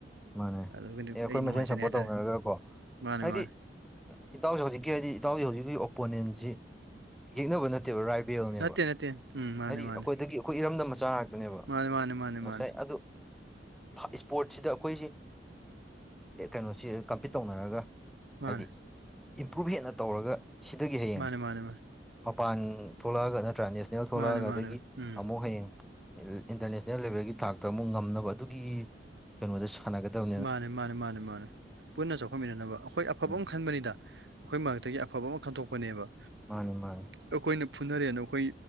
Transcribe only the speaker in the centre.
ꯃꯥꯅꯦ
ꯑꯦ ꯑꯩꯈꯣꯏ
ꯃꯁꯦꯟ ꯁꯞꯄꯣꯔꯠ
ꯇꯧꯅꯔꯒꯀꯣ
ꯍꯥꯏꯗꯤ
ꯏꯇꯥꯎꯁꯦ ꯍꯧꯖꯤꯛꯀꯤ ꯍꯥꯏꯗꯤ ꯏꯇꯥꯎꯁꯦ ꯍꯧꯖꯤꯛꯀꯤ ꯑꯣꯄꯣꯅꯦꯟꯁꯤ ꯌꯦꯛꯅꯕ ꯅꯠꯇꯦ ꯔꯥꯏꯕꯦꯜꯅꯦꯕ
ꯍꯥꯏꯗꯤ
ꯑꯩꯈꯣꯏꯗꯒꯤ ꯑꯩꯈꯣꯏ ꯏꯔꯝꯗꯝ ꯃꯆꯥ ꯑꯗꯨꯅꯦꯕ
ꯉꯁꯥꯏ
ꯑꯗꯨ ꯏꯁꯄꯣꯔꯠꯁꯤꯗ ꯑꯩꯈꯣꯏꯁꯤ ꯀꯩꯅꯣꯁꯤ ꯀꯝꯄꯤꯠ ꯇꯧꯅꯔꯒ
ꯍꯥꯏꯗꯤ ꯏꯝꯄ꯭ꯔꯚ ꯍꯦꯟꯅ ꯇꯧꯔꯒ ꯁꯤꯗꯒꯤ ꯍꯌꯦꯡ
ꯃꯄꯥꯟ ꯊꯣꯛꯂꯛꯑꯒ ꯅꯠꯇ꯭ꯔꯥ ꯅꯦꯁꯅꯦꯜ ꯊꯣꯛꯂꯛꯑꯒ
ꯑꯗꯒꯤ
ꯑꯃꯨꯛ ꯍꯌꯦꯡ ꯏꯟꯇꯔꯅꯦꯁꯅꯦꯜ ꯂꯦꯚꯦꯜꯒꯤ ꯊꯥꯛꯇ ꯑꯃꯨꯛ ꯉꯝꯅꯕ ꯑꯗꯨꯒꯤ ꯀꯩꯅꯣꯗ ꯁꯥꯟꯅꯒꯗꯧ
ꯎꯝ
ꯃꯥꯅꯦ ꯃꯥꯅꯦ